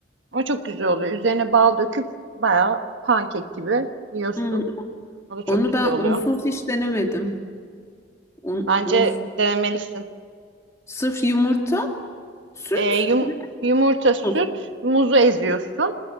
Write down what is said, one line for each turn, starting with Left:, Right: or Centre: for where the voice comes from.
Right: O çok güzel oluyor. Üzerine bal döküp bayağı pankek gibi yiyorsun.
Left: Hmm,
Right: O da çok
Left: onu
Right: güzel
Left: ben
Right: oluyor.
Left: unsuz hiç denemedim. Un,
Right: Bence
Left: unsuz.
Right: denemelisin.
Left: Sırf yumurta, süt
Right: Ee, yum-
Left: ve
Right: yumurta, süt,
Left: muz.
Right: muzu eziyorsun.